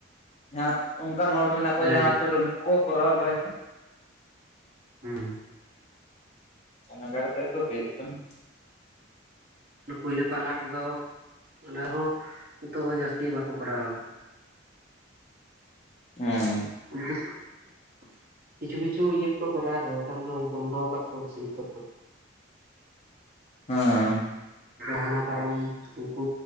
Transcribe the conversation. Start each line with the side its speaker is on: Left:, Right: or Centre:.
Left: ᱡᱟᱦᱟᱸ ᱚᱱᱠᱟᱱ ᱦᱚᱲ ᱢᱮᱱᱟᱜ ᱠᱚᱣᱟ
Right: ᱦᱮᱸ
Left: ᱡᱟᱦᱟᱸ ᱟᱛᱩ ᱨᱮᱱ ᱩᱱᱠᱩ ᱠᱚ ᱠᱚᱨᱟᱣ ᱵᱟᱲᱟᱭᱮᱫᱟ᱾
Right: ᱦᱩᱸ
Left: ᱱᱮᱰᱟ ᱠᱟᱛᱮᱫ ᱫᱚ ᱦᱩᱭᱩᱜ ᱠᱟᱱᱟ᱾
Right: ᱠᱩᱭᱞᱟᱹᱯᱟᱞ ᱦᱟᱴ ᱨᱮᱫᱚ ᱚᱱᱟ ᱦᱚᱸ ᱱᱤᱛᱚᱜ ᱡᱟᱹᱥᱛᱤ ᱵᱟᱠᱚ ᱠᱚᱨᱟᱣ- ᱟ᱾
Left: ᱚ
Right: <unintelligible> ᱠᱤᱪᱷᱩ ᱠᱤᱪᱷᱩ ᱤᱭᱟᱹ ᱠᱚ ᱠᱚᱨᱟᱣ ᱫᱟ ᱵᱟᱠᱷᱟᱱ ᱫᱚ ᱵᱚᱱᱫᱚ ᱟᱠᱟᱫ ᱠᱚᱣᱟ ᱠᱚ ᱱᱤᱛᱚᱜ ᱫᱚ᱾
Left: ᱦᱩᱸ
Right: ᱦᱟᱱᱟ ᱯᱟᱨᱚᱢ ᱩᱱᱠᱩ